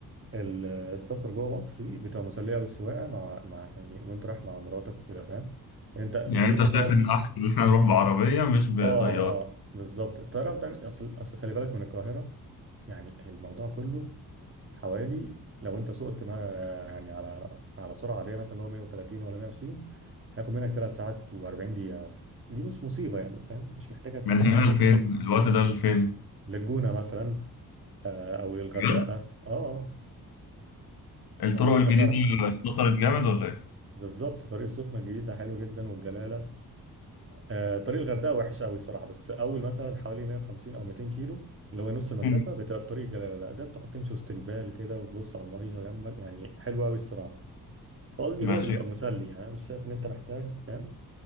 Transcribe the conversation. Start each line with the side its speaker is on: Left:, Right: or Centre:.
Right: ال- السفر جوه مصر دي بتبقى مسليه قوي السواقه مع مع يعني وانت رايح مع مراتك وكده فاهم انت الطريق
Left: يعني انت
Right: مثلا
Left: شايف ان احسن ان احنا نروح بعربيه مش بطياره
Right: اه اه بالظبط الطياره بتعمل اصل اصل خلي بالك من القاهره يعني الموضوع كله حوالي لو انت سقت ما يعني على على سرعه عاديه مثلا اللي هو 130 ولا 120 هياخد منك 3 ساعات و40 دقيقه مثلا دي مش مصيبه يعني فاهم مش محتاجه
Left: من
Right: يعني
Left: هنا لفين الوقت ده لفين
Right: للجونه مثلا آه، او للغردقه
Left: بجد
Right: اه آه،
Left: الطرق
Right: او لحتى
Left: الجديده
Right: سهل حشيش
Left: اختصرت جامد ولا ايه
Right: بالظبط طريق السخنه الجديد ده حلو جدا والجلاله آه، طريق الغردقه وحش قوي الصراحه بس اول مثلا حوالي 150 او 200 كيلو اللي هو نص المسافه
Left: مم.
Right: بتبقى في طريق الجلاله لا ده بتقعد تمشي واستقبال كده وتبص على الميه جنبك يعني حلو قوي الصراحه فقصدي
Left: ماشي
Right: هو بيبقى مسلي يعني انا مش شايف ان انت محتاج فاهم